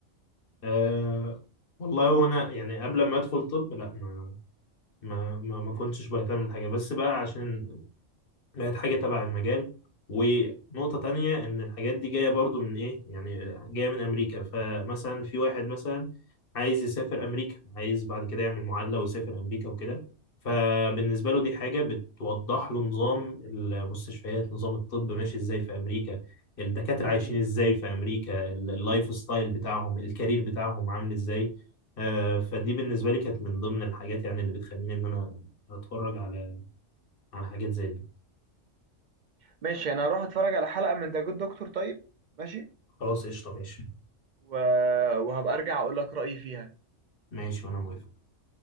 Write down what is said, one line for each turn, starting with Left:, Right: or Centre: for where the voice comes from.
Left: أه والله وانا يعني قبل ما ادخل طب لا ما ما ما, ما
Right: مم.
Left: كنتش بهتم بالحاجه بس بقى عشان لقيت حاجة تبع المجال ونقطة تانية إن الحاجات دي جاية برضو من إيه يعني جاية من أمريكا فمثلا في واحد مثلا عايز يسافر أمريكا عايز بعد كده يعمل معادلة ويسافر أمريكا وكده فبالنسبة له دي حاجة بتوضح له نظام المستشفيات نظام الطب ماشي إزاي في أمريكا الدكاترة عايشين
Right: مم.
Left: إزاي في أمريكا ال- اللايف ستايل بتاعهم الكارير بتاعهم عامل إزاي آه، فدي بالنسبة لي كانت من ضمن الحاجات يعني اللي بتخليني إن أنا أتفرج على على حاجات زي دي
Right: ماشي انا هروح اتفرج على حلقة من ذا جود دكتور طيب ماشي
Left: خلاص قشطة ماشي
Right: و... وهبقى ارجع اقول لك رأيي فيها
Left: ماشي وأنا موافق